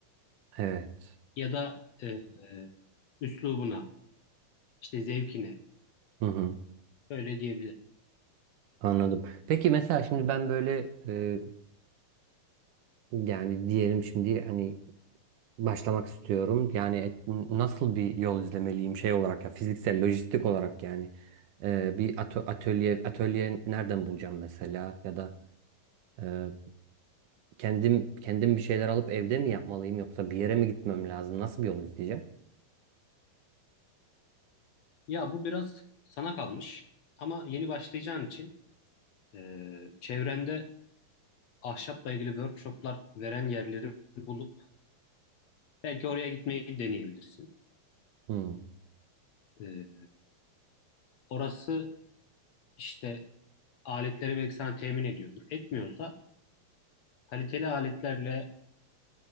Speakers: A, on the right (about 70°); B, on the left (about 60°).
A: Evet.
B: Ya da eee, üslubuna, işte zevkine.
A: Hı hı.
B: Öyle diyebilirim.
A: Anladım. Peki mesela şimdi ben böyle e, yani diyelim şimdi hani başlamak istiyorum. Yani et- nasıl bir yol izlemeliyim şey olarak ya fiziksel, lojistik olarak yani. Ee, bir atö- atölye atölye nereden bulacağım mesela ya da e, kendim kendim bir şeyler alıp evde mi yapmalıyım yoksa bir yere mi gitmem lazım? Nasıl bir yol izleyeceğim?
B: Ya bu biraz sana kalmış. Ama yeni başlayacağın için eee çevrende ahşapla ilgili workshoplar veren yerleri bulup belki oraya gitmeyi deneyebilirsin.
A: Hmm,
B: Ee, orası işte aletleri belki sana temin ediyordur. Etmiyorsa kaliteli aletlerle